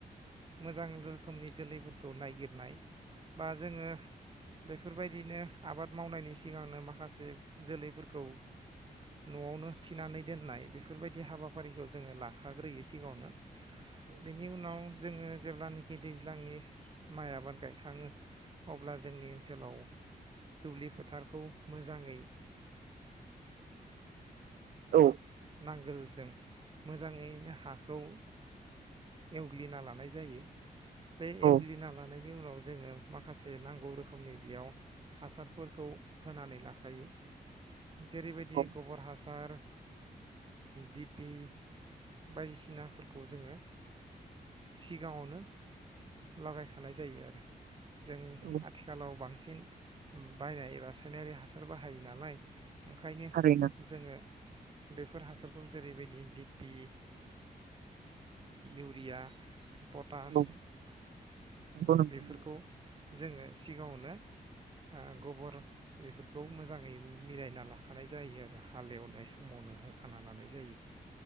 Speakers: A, on the right (about 35°); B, on the right (about 75°).
A: मोजां रोखोमनि जोलैफोरखौ नायगिरनाय बा जोङो बेफोरबायदिनो आबाद मावनायनि सिगांनो माखासे जोलैफोरखौ न'आवनो थिनानै दोननाय बेफोरबायदि हाबाफारिखौ जोङो लाखाग्रोयो सिगाङावनो। बेनि उनाव जोङो जेब्लानोखि दैज्लांनि माइ आबाद गायखाङो अब्ला जोंनि ओनसोलाव दुब्लि फोथारखौ मोजाङै
B: औ
A: नांगोलजों। मोजाङैनो हाखौ ओ एवग्लिना लानाय जायो। बे
B: औ
A: एवग्लिना लानाय। बिनि उनाव जोङो माखासे नांगौ रोखोमनि बेयाव हासारफोरखौ होनानै लाखायो। जेरैबायदि
B: औ
A: गोबोर हासार। दिपि बायदिसिनाफोरखौ जोङो सिगाङावनो। लागाय। हानाय जायो आरो। जों
B: औ
A: आथिखालाव बांसिन। बांसिन बायनाय रासायनारि हासार बाहायो नालाय‌। ओंखायनो
B: थारैनो
A: जोङो। बेफोर हासारखौ जेरैबायदि डपि इउरिया। पटास
B: औ नंगौ नोंथां
A: बेफोरखौ। जोङो सिगाङावनो ओ गबोर बेफोरखौ मोजाङै मिलायना लाखानाय जायो आरो हालेवनाय सम समावनो होखाना लानाय जायो